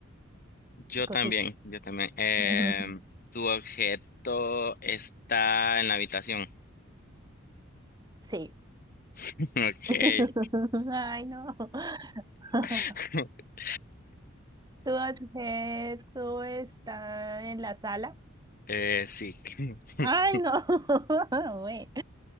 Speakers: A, on the left; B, on the right.
A: yo
B: cosita.
A: también, yo también. Em,
B: <laughs>
A: tu objeto está en la habitación.
B: Sí.
A: <laughs> Ok.
B: <laughs> Ay, no. <laughs>
A: <laughs>
B: ¿Tu objeto está en la sala?
A: Eh, sí. <laughs>
B: Ay, no. <laughs> Uy.